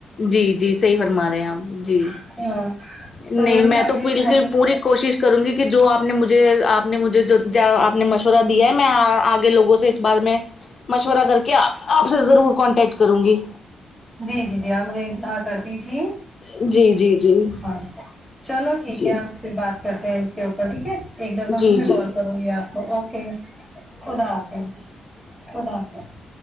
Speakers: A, on the left; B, in the centre.
A: جی جی صحیح فرما رہے ہیں آپ جی
B: ہاں
A: نہیں
B: تو بس
A: میں
B: ہمیں
A: تو بالکل
B: ہم نے
A: پوری
B: تو
A: کوشش کروں گی کہ جو آپ نے مجھے آپ نے مجھے جو آپ نے مشورہ دیا ہے میں آگے لوگوں سے اس بارے میں مشورہ کر کے آپ سے ضرور کانٹیکٹ کروں گی
B: جی جی جی آپ مجھے انتہا کر دیجیے
A: جی جی جی
B: ہاں چلو ٹھیک
A: جی
B: ہے ہم پھر بات کرتے ہیں اس کے اوپر ٹھیک ہے ایک دفعہ
A: جی
B: پھر
A: جی
B: میں کال کرونگی آپ کو اوکے خدا حافظ خدا حافظ